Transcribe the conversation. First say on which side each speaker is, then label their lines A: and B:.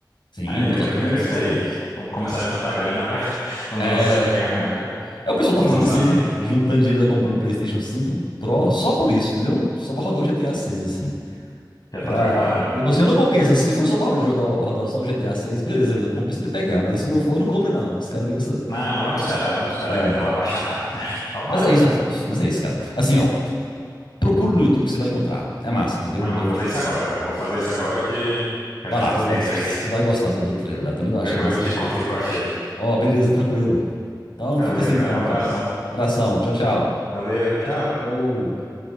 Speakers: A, on the left; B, on the left.
A: Sim,
B: Ah, eu
A: não,
B: quero,
A: tá todo
B: eu quero
A: mundo ansioso
B: esse daí.
A: com isso.
B: Vamos começar a juntar a grana pra <laughs> quando lançar
A: É,
B: a gente pegar né,
A: Já- É, o pessoal tá
B: no
A: fazendo
B: lançamento.
A: isso aí, juntando dinheiro, tá comprando o PlayStation cinco Pro só por isso, entendeu? Só pra rodar o GTA seis assim.
B: Já tá
A: Ah,
B: preparado, né?
A: e tipo assim, não compensa. Se for só pra rodar, rodar só o GTA seis, beleza, compensa até pegar. Mas se não for, não compre, não. Os caras ficam com essa.
B: Não, vamos esperar, vamos esperar que
A: É.
B: a tela baixa mais. <laughs> Tomara,
A: Mas é isso,
B: né?
A: Afonso. Mas é isso, cara. Assim, ó, procura no YouTube que você vai encontrar. É massa, entendeu?
B: Não,
A: Bem,
B: eu vou fazer
A: bem.
B: isso agora, cara. Eu vou fazer isso agora que quero
A: Vai
B: estar
A: lá,
B: por
A: você
B: dentro
A: vai, você
B: aí.
A: vai gostar do, do trailer lá. Também eu achei
B: Depois
A: massa
B: eu te
A: pra caramba.
B: conto o que que eu achei.
A: Ó, beleza, tranquilo. Então,
B: Valeu,
A: fica assim então,
B: cara. Um abração.
A: cara. Abração. Tchau, tchau.
B: Valeu, tchau.
A: Falou.